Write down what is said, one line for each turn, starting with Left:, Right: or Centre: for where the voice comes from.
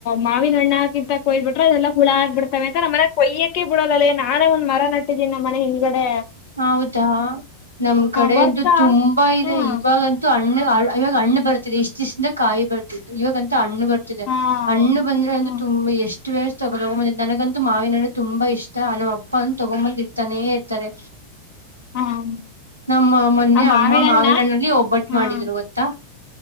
Left: ಮಾವಿನ ಹಣ್ಣ ಹಾಕಿಂತ ಕೊಯ್ ಬಿಟ್ಟ ದೆಲ್ಲ ಹುಳ ಆಗ ಬಿಡ್ತವೆಂತ ನಮ್ಮನೆ ಕೊಯ್ಯಕಕ್ಕೆ ಬಿಡಲ್ಲಲ್ಲಿ ನಾನೇ ಒಂದ್ ಮರ ನಟ್ಟಿದ್ದೀನಿ ನಮ್ಮ ಮನೆ ಹಿಂದಗಡೆ
Right: ಹೌದಾ ನಮ್ ಕಡೆ
Left: ಬರ್ತಾ
Right: ಅಂತೂ ತುಂಬಾ ಇದೆ
Left: ಹ್ಮ್
Right: ಇವಾಗಂತೂ ಹಣ್ಣ ಇವಾಗ ಹಣ್ಣು ಬರ್ತಿದೆ ಇಷ್ಟ ಇಷ್ಟಇಂದ ಕಾಯಿ ಬರ್ತತ್ತು ಇವಾಗ ಅಂತ ಹಣ್ಣ ಹಣ್ಣು ಬರ್ತಿದೆ
Left: ಹಾ
Right: ಹಣ್ಣು ಬಂದ್ರೆ ಅಂತ
Left: ಹ್ಮ್
Right: ತುಂಬಾ ಎಷ್ಟು ಎಷ್ಟು ವೇಳಸ್ ತಗೋ ತಗೊಂದ ನನಗಂತೂ ಮಾವಿನ ಹಣ್ಣು ತುಂಬಾ ಇಷ್ಟ ನಮ್ಮ ಅಪ್ಪ ಅಂತ ತಂಗೊಂಡು ಬಂದು ಇಡ್ತಾನೆ ಇರ್ತಾರೆ
Left: ಹ್ಮ್
Right: ನಮ್ಮ ಮೊನ್ನೆ
Left: ಆ ಮಾವಿನ
Right: ಅಮ್ಮ ಮಾವಿನಣ್ಣಲ್ಲಿ
Left: ಹಣ್ಣ
Right: ಒಬ್ಬಟ್ಟು
Left: ಹ್ಮ್
Right: ಮಾಡಿದ್ರು ಗೊತ್ತಾ